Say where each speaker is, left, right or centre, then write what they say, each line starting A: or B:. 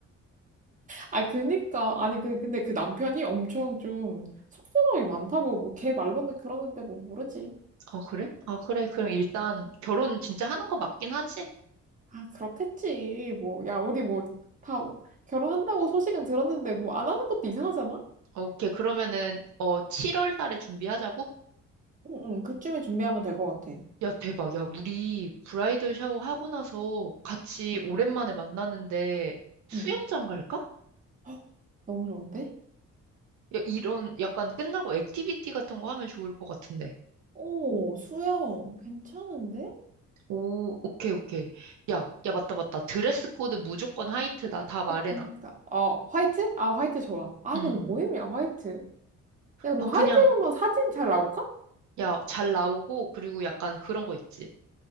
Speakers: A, on the right (about 25°); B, on the right (about 70°).
A: 아, 그니까. 아니, 그, 근데 그 남편이 엄청 좀 쑥스러움이 많다고, 뭐, 걔 말로는 그러는데 뭐, 모르지.
B: 아, 그래? 아, 그래. 그럼 일단 결혼 진짜 하는 거 맞긴 하지?
A: 아, 그렇겠지. 뭐, 야, 우리 뭐, 다 결혼한다고 소식은 들었는데 뭐, 안 하는 것도 이상하잖아?
B: 아, 오케이. 그러면은, 어, 7월 달에 준비하자고?
A: 응, 응, 그쯤에 준비하면 될 것 같아.
B: 야, 대박. 야, 우리 브라이덜 샤워 하고 나서 같이
A: 응.
B: 오랜만에 만나는데 수영장
A: 응.
B: 갈까?
A: 헉, 너무 좋은데?
B: 야, 이런 약간 끝나고 액티비티 같은 거 하면 좋을 것 같은데.
A: 오, 수영, 괜찮은데?
B: 오, 오케이, 오케이. 야, 야, 맞다, 맞다. 드레스 코드 무조건 화이트다. 다 말해놔.
A: 그니까. 어, 화이트? 아, 화이트 좋아. 아,
B: 응.
A: 근데 뭐 입냐, 화이트? 야, 근데
B: 아,
A: 화이트
B: 그냥,
A: 입으면 사진 잘 나올까?
B: 야, 잘 나오고, 그리고 약간 그런 거 있지.